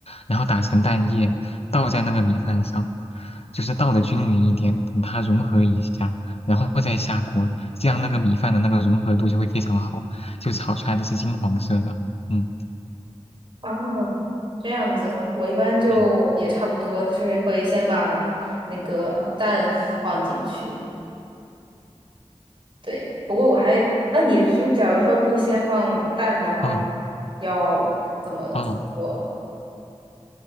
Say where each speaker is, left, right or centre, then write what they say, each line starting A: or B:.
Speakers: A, on the left; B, on the right.
A: 然后打成蛋液，倒在那个米饭上，就是倒的均匀一点，等它融合一下，然后再下锅，这样那个米饭的那个融合度就会非常好，就炒出来的是金黄色的。嗯
B: 哦，这样子，我一般就也差不多是会先把那个蛋放进去。
A: 嗯，
B: 对，不过我还，那你就假如说不先放蛋的话，
A: 哦
B: 你要怎么怎么做？
A: 哦